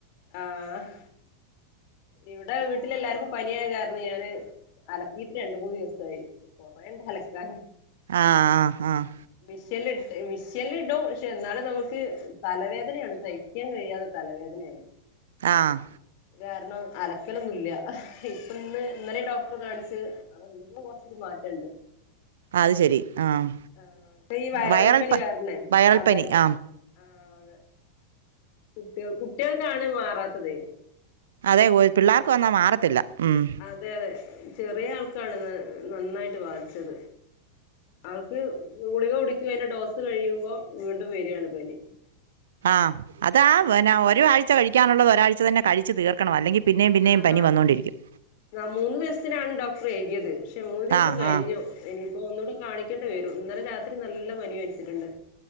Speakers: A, on the left; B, on the right.
A: ആഹ് ഇവിടെ വീട്ടില എല്ലാർക്കും പനിയായ കാരണം ഞാന് അലക്കീയിട്ട് രണ്ട് മൂന്ന് ദിവസായി. കുറേണ്ട് അലക്കാൻ.
B: ആഹ് ആഹ് ആഹ്
A: വിഷ്യല്ല ഇ വിഷ്യല്ല ഇടും പക്ഷെ എന്നാലും നമുക്ക്. തലവേദനയാണ് സഹിക്കാൻ കഴിയാത്ത തലവേദനയരുന്നു.
B: ആഹ്
A: കാരണം അലക്കലൊന്നുംല്ല ഇപ്പ ഇന്ന് ഇന്നലെ ഡോക്ടർ കാണിച്ച്. ഇന്നിപ്പം കൊറച് ഒരു മാറ്റണ്ട്.
B: അഅ് ശരി ആഹ്
A: ആ ഇപ്പം ഈ വയറൽപനി
B: വയറൽ പ
A: കാരണേ
B: വയറൽ
A: അതെ
B: പനി
A: അതെ.
B: ആഹ്
A: ആഹ് അതെ കുട്ടികൾ കുട്ടികൾക്കാണ് മാറാത്തത്.
B: അതെ പിള്ളേർക്ക് വന്നാ മാറത്തില്ല ഉം.
A: അതെ അതെ ചെറിയ ആൾക്കാണ് നന്നായിട്ട് വാധിച്ചത്. ആൾക്ക് ഗുളിക കൊടുക്ക അതിന്റെ ഡോസ് കഴിയുമ്പോ വീണ്ടും വരികയാണ് പനി.
B: ആഹ് അതാ ഒരാഴ്ച കഴിക്കാനുള്ളത് ഒരാഴ്ച തന്നെ കഴിച്ചു തീർക്ക. ക്കണം അല്ലെങ്കിൽ പിന്നെയും പിന്നെയും
A: ആഹ്
B: പനി വന്നോണ്ടിരിക്കും.
A: മൂന്ന് ദിവസത്തിനാണ് ഡോക്ടറെ എഴുയത് പക്ഷെ മൂന്ന് ദിവസം
B: ആഹ്
A: കഴിഞ്ഞു
B: ആഹ്
A: ഇനി. ഇപ്പൊ ഒന്നു കൂടെ കാണിക്കേണ്ടി വരും ഇന്നലെ രാത്രി നല്ല പനി വച്ചിട്ടുണ്ട്.